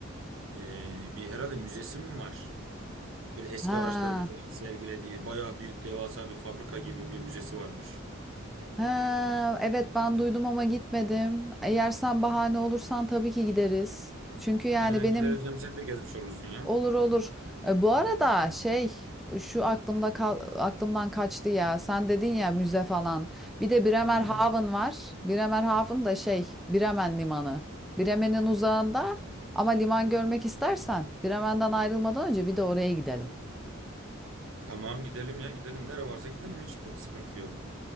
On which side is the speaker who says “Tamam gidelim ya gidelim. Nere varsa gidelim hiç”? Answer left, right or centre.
Right